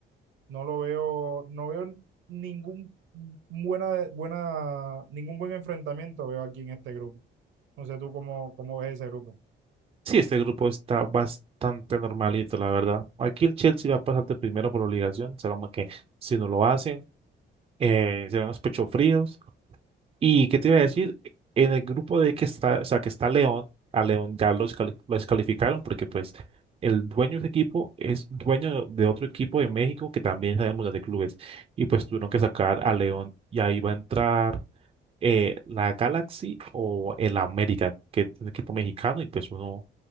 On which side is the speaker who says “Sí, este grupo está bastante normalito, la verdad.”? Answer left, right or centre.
Right